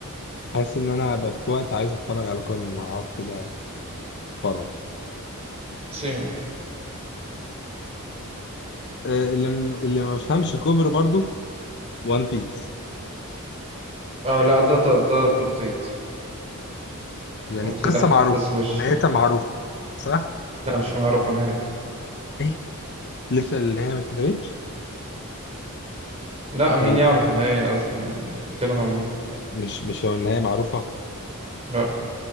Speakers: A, on the left; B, on the right.
A: حاسس ان انا بقى في وقت عايز اتفرج على كونان هقعد كده اتفرج
B: سيم
A: آه، اللي م- اللي ما بفهمش كوبري برضو وان بيس
B: اه لا ده ده ده تمطيط
A: يعني
B: تمطيط
A: القصه
B: أحداث
A: معروفه
B: وش
A: ونهايتها معروفه صح
B: لا مش معروفة نهايته
A: ايه لسه النهايه ما اتكتبتش
B: لا مين
A: ده ال-
B: يعرف النهاية قصدي يعني أنت بتتكلم عن مين
A: مش مش هو النهايه معروفه
B: لا